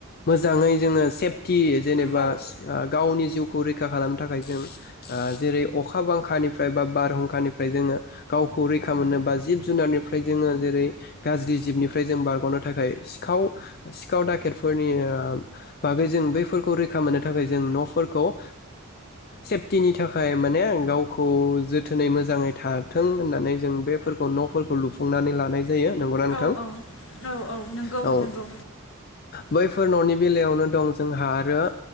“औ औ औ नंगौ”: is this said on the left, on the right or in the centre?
Left